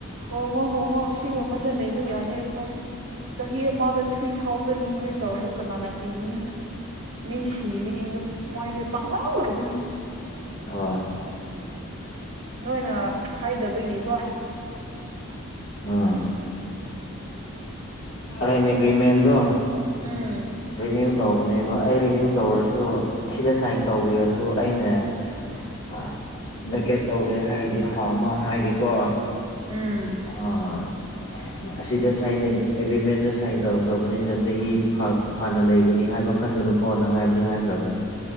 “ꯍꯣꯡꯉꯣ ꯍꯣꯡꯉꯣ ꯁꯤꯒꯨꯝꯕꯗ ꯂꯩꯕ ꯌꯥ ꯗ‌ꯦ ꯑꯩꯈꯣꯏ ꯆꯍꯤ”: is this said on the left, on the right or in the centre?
Right